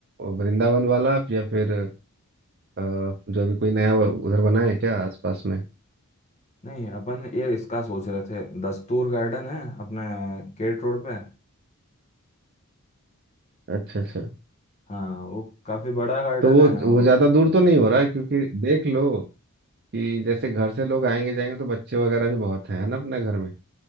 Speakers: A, on the right (about 45°); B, on the left (about 30°).
A: वृंदावन वाला या फिर अ, जो भी कोई नया वो उधर बना है क्या आसपास में
B: नहीं अपन ये इसका सोच रहे थे दस्तूर गार्डन है अपने केट रोड पे
A: अच्छा अच्छा
B: हाँ वो काफी बड़ा गार्डन
A: तो वो
B: है और
A: वो ज़्यादा दूर तो नहीं हो रहा है क्योंकि देख लो कि जैसे घर से लोग आएंगे जाएंगे तो बच्चे वगैरह भी बहुत हैं है ना अपने घर में